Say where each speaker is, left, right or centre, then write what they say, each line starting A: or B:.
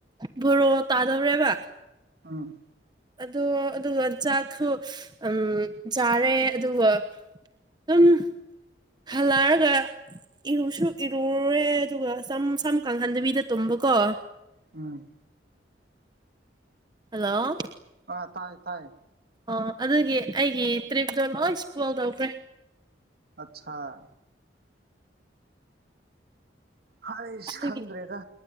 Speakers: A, on the right; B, on the right.
A: ꯕꯣꯔꯣ ꯇꯥꯗꯧꯔꯦꯕ
B: ꯎꯝ
A: ꯑꯗꯣ ꯑꯗꯨꯒ ꯆꯥꯛꯁꯨ ꯎꯝ ꯆꯥꯔꯦ ꯑꯗꯨꯒ ꯑꯗꯨꯝ ꯍꯜꯂꯛꯔꯒ ꯏꯔꯨꯁꯨ ꯏꯔꯨꯔꯦ ꯑꯗꯨꯒ ꯁꯝ ꯁꯝ ꯀꯥꯡꯍꯟꯗꯕꯤꯗ ꯇꯨꯝꯕꯀꯣ
B: ꯎꯝ
A: ꯍꯜꯂꯣ
B: ꯑꯥ ꯇꯥꯏ ꯇꯥꯏꯌꯦ
A: ꯑꯣ ꯑꯗꯨꯒꯤ ꯑꯩꯒꯤ ꯇ꯭ꯔꯤꯞꯇꯣ ꯂꯣꯏ <unintelligible> ꯇꯧꯈ꯭ꯔꯦ
B: ꯑꯠꯆꯥꯥ ꯍꯩꯁ
A: ꯑꯗꯨꯒꯤ
B: ꯈꯪꯗ꯭ꯔꯦꯗ